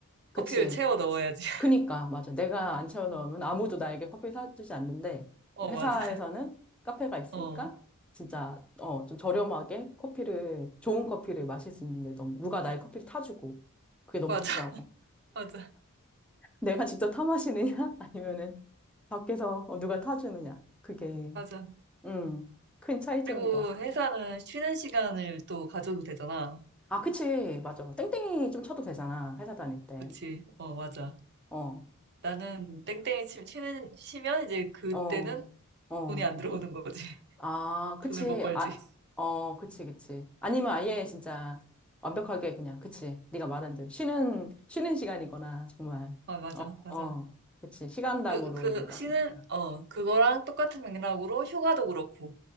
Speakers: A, in the centre; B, on the right.
A: 그치.
B: 커피를 채워 넣어야지. <laughs>
A: 그니까, 맞아. 내가 안 채워넣으면 아무도 나에게 커피 사주지 않는데,
B: 어,
A: 회사에서는
B: 맞아.
A: 카페가 있으니까,
B: 어,
A: 진짜, 어, 좀 저렴하게 커피를, 좋은 커피를 마실 수 있는 게 너무, 누가 나의 커피를 타주고, 그게 너무
B: 맞아,
A: 좋더라고.
B: <laughs> 맞아,
A: 내가 직접 타 마시느냐? <laughs> 아니면은 밖에서 어, 누가 타주느냐? 그게,
B: 맞아.
A: 음, 큰 차이점인
B: 그리고
A: 것 같아.
B: 회사는 쉬는 시간을 또 가져도 되잖아.
A: 아, 그치. 맞아. 땡땡이 좀 쳐도 되잖아. 회사 다닐 때.
B: 그치? 어, 맞아.
A: 어,
B: 나는 땡땡이 치, 쉬는, 쉬면 이제 그때는
A: 어, 어.
B: 돈이 안 들어오는 거지. <laughs>
A: 아, 그치.
B: 돈을 못 벌지.
A: 아, 어, 그치, 그치. 아니면 아예 진짜 완벽하게 그냥, 그치. 네가 말한 대로. 쉬는, 쉬는 시간이거나, 정말.
B: 아, 맞아,
A: 어,
B: 맞아.
A: 어. 그치. 시간당으로
B: 그, 그,
A: 이게 따지니까.
B: 쉬는, 어, 그거랑 똑같은 맥락으로 휴가도 그렇고.